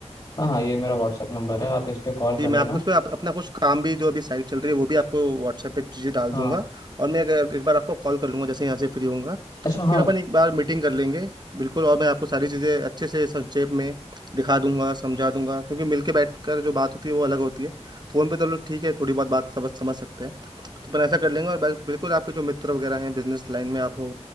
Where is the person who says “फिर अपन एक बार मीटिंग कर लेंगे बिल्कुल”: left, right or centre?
Right